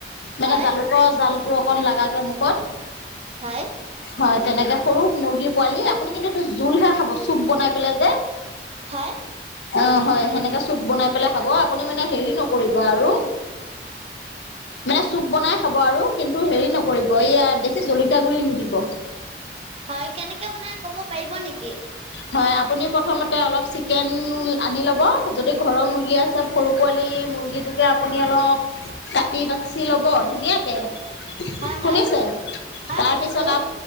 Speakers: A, on the left (about 85°); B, on the right (about 35°).
A: মানে
B: হয়
A: জালুকৰ জালটো অকণ লাগাকে মুখত।
B: হয়।
A: হয় তেনেকে সৰু মুৰ্গীৰ পোৱালি আপুনি কিন্তু, এইটো জোলহে খাব চুপ বনাই পেলাই যে।
B: হয়।
A: অ' হয় সেনেকে চুপ বনাই পেলাই খাব আপুনি মানে হেৰি নকৰিব আৰু
B: <inaudible>
A: মানে চুপ বনাই খাব আৰু কিন্তু হেৰি নকৰিব এইয়া, বেছি জলকীয়া গুড়ি নিদিব।
B: হয় কেনেকে বনাই ক'ব পাৰিব নেকি?
A: হয় আপুনি প্ৰথমতে অলপ চিকেন আনি ল'ব, যদি ঘৰৰ মুৰ্গী আছে সৰু পোৱালী মুৰ্গীটোকে আপুনি অলপ কাটি বাচি ল'ব ধুনীয়াকে, শুনিছে
B: হয় হয় হয়
A: তাৰপিছত
B: শুনিছো
A: আ